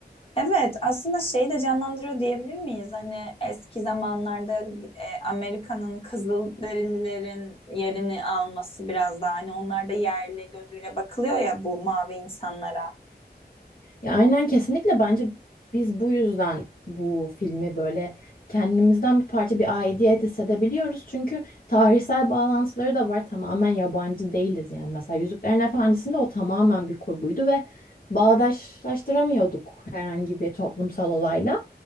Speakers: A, on the left (about 30°); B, on the left (about 55°).
A: Evet, aslında şeyi de canlandırıyor diyebilir miyiz? Hani eski zamanlarda e, Amerika'nın Kızılderililerin yerini alması biraz daha hani onlar da yerli gözüyle bakılıyor ya bu mavi insanlara.
B: Ya aynen kesinlikle bence biz bu yüzden bu filmi böyle kendimizden bir parça bir aidiyet hissedebiliyoruz. Çünkü tarihsel bağlantıları da var. Tamamen yabancı değiliz yani. Mesela Yüzüklerin Efendisi'nde o tamamen bir kurguydu ve bağdaşlaştıramıyorduk herhangi bir toplumsal olayla.